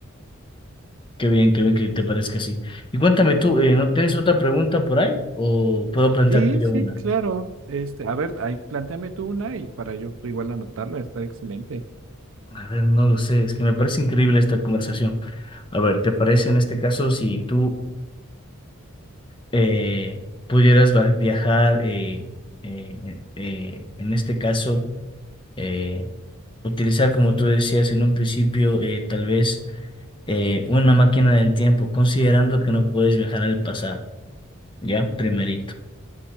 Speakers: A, on the left; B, on the right.
A: Qué bien, qué bien que te parezca así. Y cuéntame tú, eh, ¿no tienes otra pregunta por ahí? ¿O puedo plantearte
B: Sí,
A: yo
B: sí,
A: una?
B: claro. Este, a ver, ahí plantéame tú una y para yo igual anotarla, está excelente.
A: A ver, no lo sé, es que me parece increíble esta conversación. A ver, ¿te parece en este caso si tú eh, pudieras va- viajar, eh, eh, eh, eh, en este caso, eh, utilizar, como tú decías en un principio, eh, tal vez eh, una máquina del tiempo, considerando que no puedes viajar al pasado, ¿ya? Primerito.